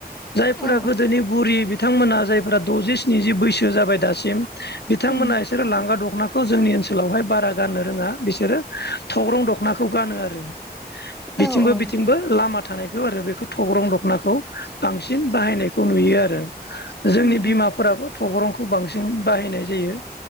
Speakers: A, on the left (about 85°); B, in the centre.
A: जायफोरा
B: औ औ
A: गोदोनि बुरि बि थांमोना जायफ्रा द'जि स्निजि बैसो जाबाय दासिम बिथांमोना
B: उम
A: बिसोर लांगा दखनाखौ जोंनि ओनसोलावहाय बारा गाननो रोङा बिसोरो थग्रं दख'नाखौ गानो आरो।
B: औ
A: बिथिंबो
B: औ
A: बिथिंबो
B: नंगौ
A: लामा थानायखौ आरो बेखौ थग्रं दख'नाखौ बांसिन बाहायनायखौ नुयो आरो। जोंनि
B: उम
A: बिमाफोराबो
B: उम
A: थग्रंखौ बांसिन बाहायनाय जायो